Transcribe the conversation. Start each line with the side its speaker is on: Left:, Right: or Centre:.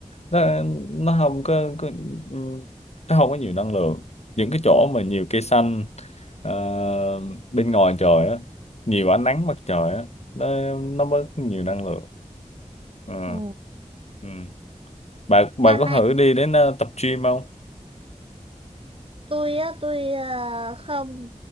Left: nó, nó không có, có ừ, nó không có nhiều năng lượng những cái chỗ mà nhiều cây xanh ờ, bên ngoài trời á nhiều ánh nắng mặt trời á nó nó bớt nhiều năng lượng ừ,
Right: ừ.
Left: ừ. Bà bà
Right: qua này
Left: có thử đi đến ờ, tập gym không?
Right: tôi á tôi à, không